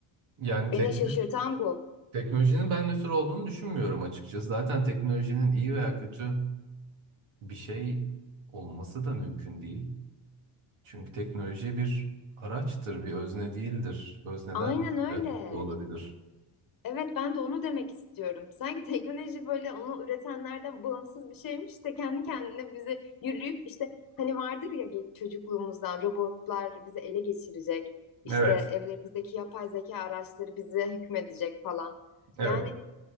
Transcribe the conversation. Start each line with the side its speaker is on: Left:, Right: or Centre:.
Right: Yani tek,
Left: Beni şaşırtan bu.
Right: teknolojinin ben nötr olduğunu düşünmüyorum açıkçası. Zaten teknolojinin iyi veya kötü bir şey olması da mümkün değil. Çünkü teknoloji bir araçtır, bir özne değildir. Özneler
Left: Aynen öyle.
Right: de olabilir.
Left: Evet ben de onu demek istiyorum. Sanki teknoloji böyle onu üretenlerden bağımsız bir şeymiş de kendi kendine bizi yürüyüp işte hani vardır ya ge- çocukluğumuzdan robotlar bizi ele geçirecek. İşte
Right: Evet,
Left: evlerimizdeki yapay zeka araçları bize hükmedecek falan.
Right: evet.
Left: Yani